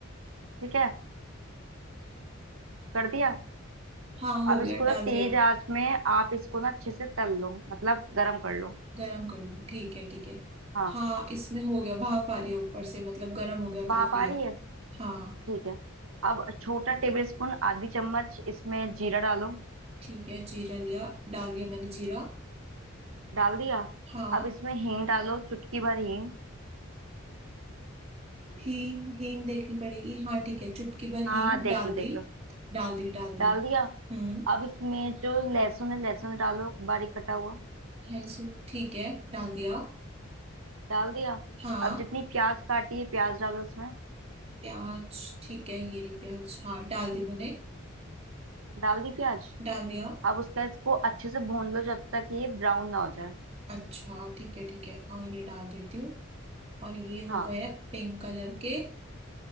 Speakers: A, on the right (about 80°); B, on the right (about 30°).
A: ठीक है कर दिया
B: हाँ हो
A: अब इसको
B: गया
A: ना
B: डाल
A: तेज
B: दिया
A: आंच में आप इसको ना अच्छे से तल लो मतलब गरम कर लो
B: गरम कर ली ठीक है ठीक है
A: हाँ
B: हाँ इसमें हो गया भाप आ रही है ऊपर से मतलब गरम हो गया
A: भाप
B: काफी
A: आ
B: है
A: रही है
B: हाँ
A: ठीक है अब छोटा टेबल स्पून आधी चम्मच इसमें जीरा डालो
B: ठीक है जीरा लिया डाल दिया मैंने जीरा
A: डाल दिया
B: हाँ
A: अब इसमें हींग डालो चुटकी भर हींग
B: हींग हींग देखनी पड़ेगी हाँ ठीक है चुटकी भर
A: हाँ
B: हींग
A: हाँ देख
B: डाल
A: लो देख
B: दी
A: लो
B: डाल दी डाल दी
A: डाल दिया
B: हम्म
A: अब इसमें जो लहसुन है लहसुन डालो बारीक कटा हुआ
B: है सो ठीक है डाल दिया
A: डाल दिया
B: हाँ
A: अब जितनी प्याज काटी है प्याज डालो इसमें
B: प्याज ठीक है ये रही प्याज हाँ डाल दी मैंने
A: डाल दी प्याज
B: डाल दिया
A: अब उसका इसको अच्छे से भून लो जब तक ये ब्राउन ना हो जाए
B: अच्छा ठीक है ठीक है और ये डाल देती हूँ और ये हो
A: हाँ
B: गए पिंक कलर के